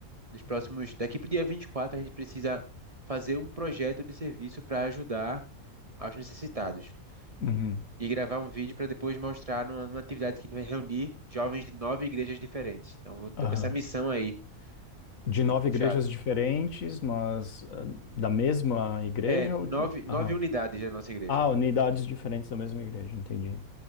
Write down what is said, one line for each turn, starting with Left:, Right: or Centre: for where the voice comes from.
Right: nos próximos. Daqui para o dia 24, a gente precisa fazer um projeto de serviço para ajudar aos necessitados.
Left: uhum,
Right: E gravar um vídeo para depois mostrar numa, numa atividade que a gente vai reunir jovens de nove igrejas diferentes. Então, eu tô
Left: aham.
Right: com essa missão aí
Left: De
Right: Ser
Left: nove
Right: bem puxada.
Left: igrejas diferentes, mas ah, da mesma igreja
Right: É,
Left: ou... de-
Right: nove,
Left: Aham.
Right: nove unidades da nossa igreja.
Left: Ah, unidades diferentes da mesma igreja, entendi.